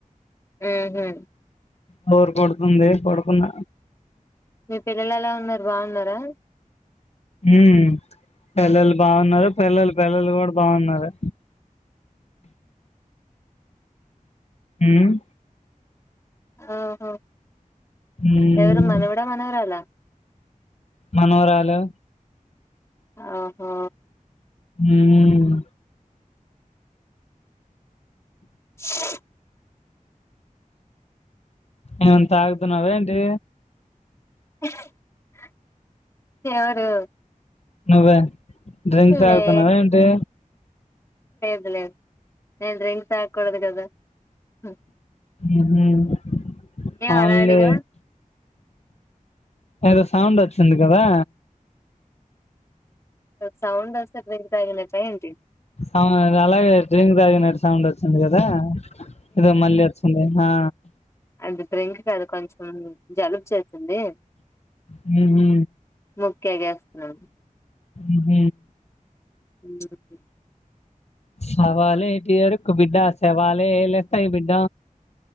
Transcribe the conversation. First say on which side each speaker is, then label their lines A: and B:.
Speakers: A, on the left; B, on the left.
A: ఉహూ
B: బోర్ కొడుతుంది పడుకున్న
A: పిల్లలేలా ఉన్నారు బాగున్నారా
B: ఉమ్ పిల్లలు బాగున్నారు పిల్లల పిల్లలు కూడా బాగున్నారు ఉమ్
A: ఆహా
B: ఉమ్
A: ఎవరు మనవడ మనవరాలా
B: మనవరాలు
A: ఆహ
B: ఉమ్
A: స <inaudible>
B: ఏమన తాగుతున్నావ ఏంటి
A: <inaudible> ఎవరు
B: నువ్వే డ్రింక్ తాగుతున్నావా
A: లే
B: ఏంటి
A: లేదు నేను డ్రింక్ తాగ కూడదు కాదా హుం
B: ఉమ్ హు అవును
A: అలా అడిగావ్
B: లే ఏదో సౌండ్ వచ్చింది కదా
A: సౌండ్ వస్తే డ్రింక్ తాగినట్టా ఏంటి
B: ఆ అలాగే డ్రీంక్ తాగినట్ సౌండ్ వచ్చింది కదా ఇదో మళ్లీ వచ్చింది ఆ
A: అంటే డ్రింక్ కాదు కొంచెం జలుబు చేసింది
B: హుహు.
A: ముక్కెగేస్తున్నాను
B: ఉ హు
A: ఉంహు
B: సవాలేటి ఎరుకు బిడ్డ సేవాలే లేస్తాయి బిడ్డ